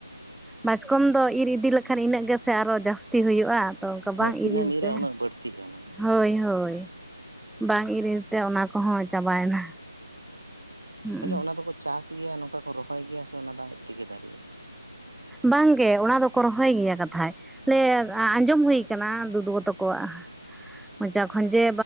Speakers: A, in the centre; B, on the right.
A: ᱵᱟᱪᱠᱚᱢ ᱫᱚ ᱤᱨ ᱤᱫᱤ ᱞᱮᱠᱷᱟᱱ ᱤᱱᱟᱹᱜ ᱜᱮᱥᱮ ᱟᱨᱚ ᱦᱚᱸ ᱡᱟᱹᱥᱛᱤ ᱦᱩᱭᱩᱜ-ᱟ᱾ ᱛᱚ ᱚᱱᱠᱟ ᱵᱟᱝ
B: ᱦᱮᱸ ᱛᱤᱱᱟᱹᱜ
A: ᱤᱨ ᱤᱫᱤ
B: ᱮᱢ ᱤᱨᱟ
A: ᱛᱮ
B: ᱩᱱᱟᱹᱜ ᱵᱟᱹᱲᱛᱤᱜᱼᱟ ᱚᱱᱟ ᱫᱚ
A: ᱦᱳᱭ ᱦᱳᱭ ᱵᱟᱝ ᱤᱨ ᱤᱨ ᱛᱮ ᱚᱱᱟ ᱠᱚᱦᱚᱸ ᱪᱟᱵᱟᱭᱮᱱᱟ ᱦᱩᱸ
B: ᱟᱪᱪᱷᱟ ᱚᱱᱟ ᱫᱚᱠᱚ ᱪᱟᱥ ᱜᱮᱭᱟ ᱱᱚᱝᱠᱟ ᱠᱚ ᱨᱚᱦᱚᱭ ᱜᱮᱭᱟ ᱥᱮ ᱚᱱᱟ ᱫᱚ ᱟᱡ ᱛᱮᱜᱮ ᱫᱟᱨᱮᱜ-ᱟ᱾
A: ᱵᱟᱝᱜᱮ ᱚᱱᱟ ᱫᱚᱠᱚ ᱨᱚᱦᱚᱭ ᱜᱮᱭᱟ ᱠᱟᱛᱷᱟᱡ ᱞᱟᱹᱭ ᱟᱸᱡᱚᱢ ᱦᱩᱭ ᱟᱠᱟᱱᱟ ᱫᱩᱫᱩᱜᱚ ᱛᱟᱠᱚᱣᱟᱜ ᱢᱚᱪᱟ ᱠᱷᱚᱱ ᱡᱮ